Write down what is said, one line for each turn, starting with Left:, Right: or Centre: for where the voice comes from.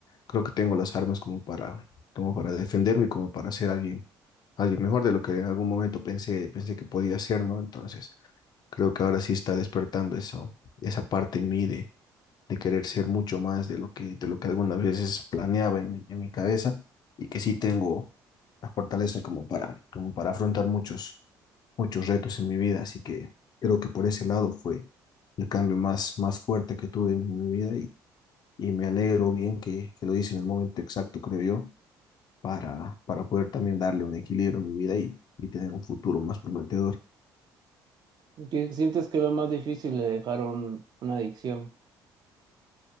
Left: creo que tengo las armas como para, como para defenderme, como para ser alguien, alguien mejor de lo que en algún momento pensé, pensé que podía ser, ¿no? Entonces, creo que ahora sí está despertando eso, esa parte en mí de de querer ser mucho más de lo que, de lo que algunas veces planeaba en, mi- en mi cabeza y que sí tengo la fortaleza como para, como para afrontar muchos, muchos retos en mi vida. Así que creo que por ese lado fue el cambio más, más fuerte que tuve en mi vida y, y me alegro bien que, que lo hice en el momento exacto, creo yo, para, para poder también darle un equilibrio a mi vida y, y tener un futuro más prometedor.
Right: ¿Qué- ¿Sientes que lo más difícil de dejar un- una adicción?